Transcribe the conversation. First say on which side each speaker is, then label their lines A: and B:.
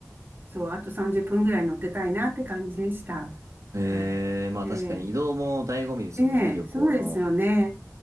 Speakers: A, on the right (about 40°); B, on the right (about 80°).
A: そう、あと30分ぐらい乗ってたいなって感じでした。
B: ええまあ確かに移動も醍醐味ですもんね、
A: はい。ええええそうですよね。
B: 旅行の。